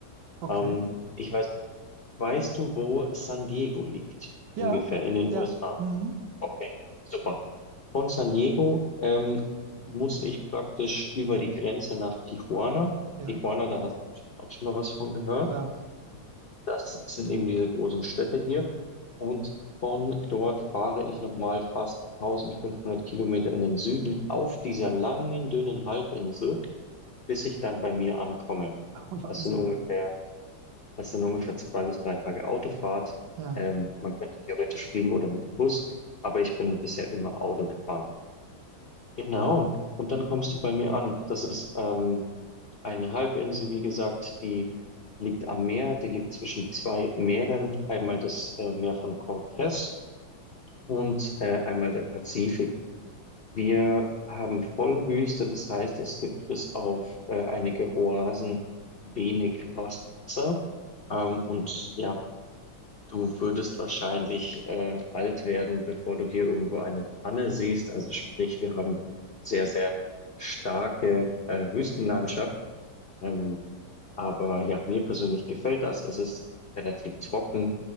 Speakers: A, on the right; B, on the left.
A: Okay.
B: Ähm, ich weiß nicht, weißt du, wo San Diego liegt?
A: Ja,
B: Ungefähr in den USA.
A: ja, mhm.
B: Okay, super. Von San Diego ähm, muss ich praktisch über die Grenze nach Tijuana.
A: Ja,
B: Tijuana, da hast du bestimmt auch schon mal was von gehört.
A: klar.
B: Das sind eben diese großen Städte hier. Und von dort fahre ich nochmal fast 1500 Kilometer in den Süden auf dieser langen, dünnen Halbinsel, bis ich dann bei mir ankomme.
A: <laughs> Wahnsinn,
B: Das sind ungefähr, das sind ungefähr zwei bis drei Tage Autofahrt.
A: äh, ja.
B: Ähm, man könnte theoretisch fliegen oder mit dem Bus, aber ich bin bisher immer Auto gefahren. Genau. Und dann kommst du bei mir an. Das ist ähm, eine Halbinsel, wie gesagt, die liegt am Meer, die liegt zwischen zwei Meeren, einmal das äh, Meer von Cortez und äh, einmal der Pazifik. Wir haben Vollwüste, das heißt, es gibt bis auf äh, einige Oasen wenig Wasser. Ähm, und ja, du würdest wahrscheinlich äh, alt werden, bevor du hier irgendwo eine Tanne siehst. Also sprich, wir haben sehr, sehr starke äh, Wüstenlandschaft. Ähm, aber ja, mir persönlich gefällt das. Es ist relativ trocken,